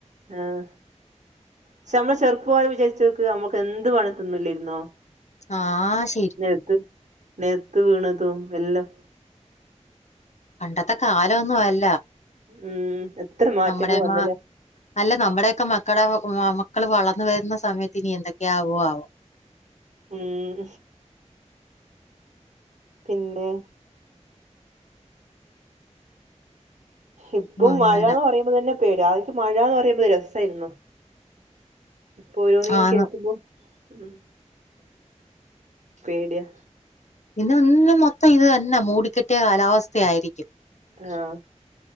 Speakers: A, on the right (about 75°); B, on the left (about 65°).
A: ആഹ് ശ്ശെ നമ്മള് ചെറുപ്പാന്ന് വിചാരിച്ചു നോക്ക് നമ്മുക്ക് എന്ത് വേണേ തിന്നില്ലേയ്ര്ന്നോ
B: ആ ശ
A: നേത്ത് നേത്ത് വീണതും എല്ലാം
B: പണ്ടത്തെ കാലൊന്നും അല്ല
A: ഉം എത്ര മാറ്റങ്ങള്
B: നമ്മുടെ
A: വന്ന്ല്ലേ
B: മാ അല്ല നമ്മടെക്കെ മക്കളെ മക്കള് വളർന്ന് വരുന്ന സമയത്ത് ഇനി എന്തൊക്കെയ ആവു ആവോ
A: ഉം പിന്നെ ഇപ്പോ
B: അങ്ങനെ
A: മഴാന്ന് പറയുമ്പോ തന്നെ പേട്യാ ആദ്യക്ക് മഴാന്ന് പറയുമ്പോത് രസായിരുന്നു ഇപ്പൊ ഓരോന്ന് ഇങ്ങനെ
B: ആന്ന്
A: കേൾക്കുമ്പോ ഉം പേട്യാ
B: ഇന്ന് ഇന്ന് മൊത്തം ഇത് തന്നാ മൂടി കെട്ടിയ കാലാവസ്ഥ ആയിരുക്കും
A: ആഹ്